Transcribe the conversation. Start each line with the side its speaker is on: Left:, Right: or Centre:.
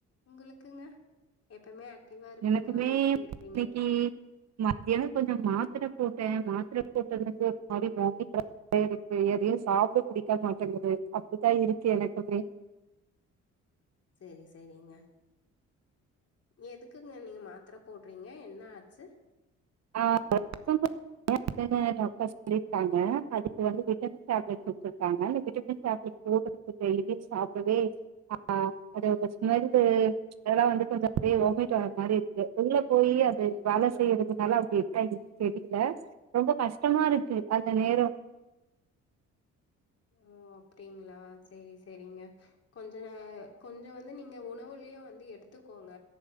Left: உங்களுக்குங்க எப்பயுமே ஆக்டிவா இருப்பீங்களா
Right: எனக்குமே
Left: எப்டி இருப்பீங்க
Right: இன்னைக்கி மத்தியானோ கொஞ்சோ மாத்தர போட்டே மாத்தர போட்டதுலருந்து ஒரு மாரி வாமிட் வர்ற இருக்கு எதையு சாப்ட பிடிக்க மாட்டேங்குது அப்டித்தா இருக்கு எனக்குமே
Left: சேரி சேரிங்க எதுக்குங்க நீங்க மாத்தர போடுறீங்க என்ன ஆச்சு
Right: ஆ <inaudible> <inaudible> டாக்டர் சொல்லிருக்காங்க அதுக்கு வந்து விட்டமின் டேப்லெட் குடுத்துருக்காங்க அந்த விட்டமின் டேப்லெட் எவ்ளோ கசப்பு டெய்லியு சாப்டவே ஆ அதோட ஸ்மெல்லு அதெல்லா வந்து கொஞ்சோ அப்டியே வாமிட் வர்ற மாரி இருக்கு உள்ள போய் அது வேல செய்ற அதனால அப்டி இருக்கா என்னான்னு தெரியல ரொம்ப கஷ்டமா இருக்கு அந்த நேரோ
Left: ஓ அப்டிங்களா சேரி சேரிங்க கொஞ்ச நா கொஞ்சோ வந்து நீங்க உணவுலையு வந்து எடுத்துக்கோங்க